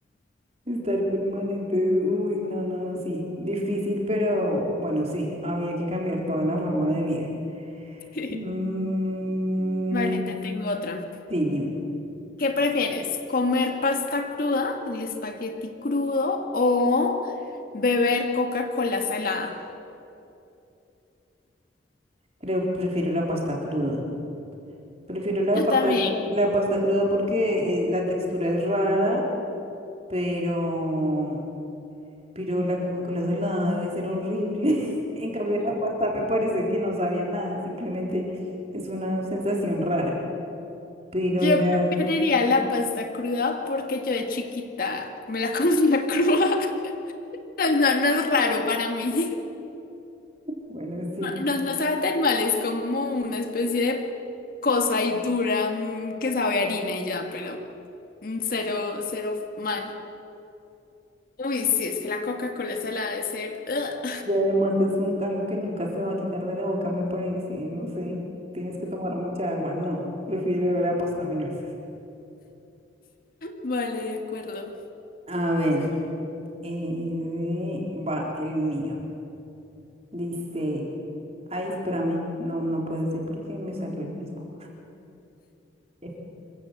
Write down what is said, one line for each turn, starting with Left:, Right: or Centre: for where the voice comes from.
Right: Estar permanente, es- uy, no, no, no, sí, difícil, pero bueno, sí, había que cambiar toda la forma de vida.
Left: <laughs>
Right: Mm,
Left: Vale, te tengo otra.
Right: sí, dime.
Left: ¿Qué prefieres? ¿Comer pasta cruda, el espagueti crudo, o beber Coca-Cola salada?
Right: Creo, prefiero la pasta cruda. Prefiero la
Left: Yo
Right: pasta,
Left: también.
Right: la pasta cruda porque eh, la textura es rara, pero, pero la Coca-Cola salada debe ser horrible. <laughs> En cambio, la pasta me parece que no sabía nada, simplemente es una sensación rara. Pero
Left: Yo
Right: la...
Left: preferiría
Right: <laughs>
Left: la pasta cruda porque yo de chiquita me la comía <laughs> cruda. Entonces no, no es raro para mí.
Right: Bueno, sí.
Left: No, no sabe tan mal, es como una especie de cosa y dura mm, que sabe a harina y ya, pero mm, cero, cero mal. Uy, sí, es que la Coca-Cola se la ha de ser. <laughs>
Right: Y además es un, algo que nunca se va a quitar de la boca, me parece, no sé, tienes que tomar mucha agua, no, prefiero la pasta mil veces.
Left: Vale, de acuerdo.
Right: A ver, eh, va el mío. Dice, ay, espérame, no, no puede ser porque me salió el mismo. Eh,